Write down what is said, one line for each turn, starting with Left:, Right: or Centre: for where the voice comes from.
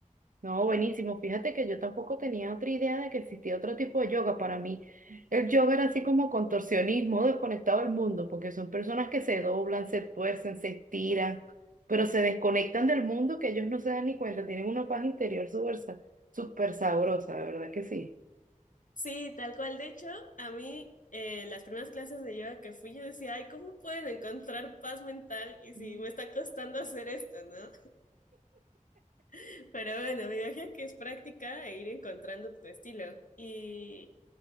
Right: No, buenísimo. Fíjate que yo tampoco tenía otra idea de que existía otro tipo de yoga. Para mí, el yoga era así como contorsionismo, desconectado del mundo, porque son personas que se doblan, se tuercen, se estiran, pero se desconectan del mundo que ellos no se dan ni cuenta. Tienen una paz interior súper sa- súper sabrosa, de verdad que sí.
Left: Sí, tal cual. De hecho, a mí eh, las primeras clases de yoga que fui, yo decía, ay, ¿cómo pueden encontrar paz mental? Y si
Right: Mm,
Left: me está costando hacer esto, ¿no? <laughs> Pero bueno, me imagino que es práctica e ir encontrando tu estilo. Y